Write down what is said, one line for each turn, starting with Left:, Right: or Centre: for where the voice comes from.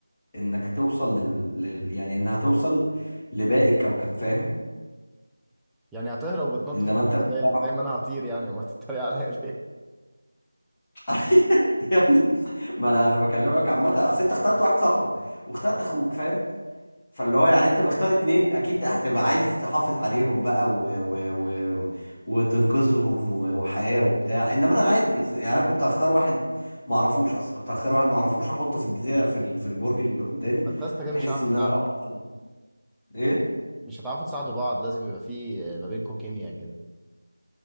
Left: انك توصل لل... لل... يعني انها توصل لباقي الكوكب فاهم
Centre: يعني هتهرب وتنط
Left: انما
Centre: في المية
Left: انت لو تعرف
Centre: زي زي ما انا هطير يعني امال تتريق عليا <laughs> ليه؟
Left: <laughs> يا ابني ما انا انا بكلمك عامه اصل انت اخترت واحد صاحبك واخترت اخوك فاهم فاللي هو يعني انت مختار اتنين اكيد هتبقى عايز تحافظ عليهم بقى و... و... و... وتنقذهم و... وحياة وبتاع انما انا عادي أص- يعني انا كنت هختار واحد ما اعرفوش اصلا كنت هختار واحد ما اعرفوش احطه في الجزيره في ال... في البرج اللي قدامي
Centre: انت يا اسطى كده
Left: بحيث
Centre: مش هعرف
Left: ان
Centre: اساعدك
Left: انا لو حصل ايه
Centre: مش هتعرفوا تساعدوا بعض لازم يبقى في ما بينكم كيمياء كده